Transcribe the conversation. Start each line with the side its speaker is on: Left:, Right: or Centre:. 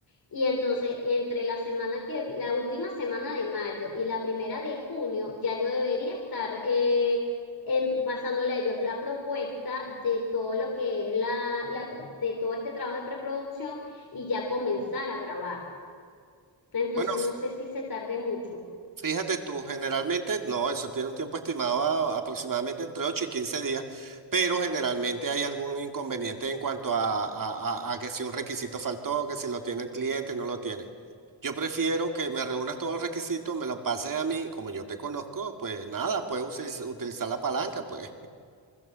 Left: y entonces entre la semana que, la última semana de mayo y la primera de junio, ya yo debería estar eh, en, pasándole a ellos la propuesta de todo lo que es la, la, de todo este trabajo de preproducción y ya comenzar a grabar. Entonces
Right: Bueno,
Left: no sé si se tarde mucho.
Right: Fíjate tú, generalmente, no, eso tiene un tiempo estimado a- aproximadamente entre 8 y 15 días, pero generalmente hay algún inconveniente en cuanto a, a- a- a que si un requisito faltó, que si lo tiene el cliente, no lo tiene. Yo prefiero que me reúnas todos los requisitos, me lo pases a mí, como yo te conozco, pues nada, puedes utiliz- utilizar la palanca, pues,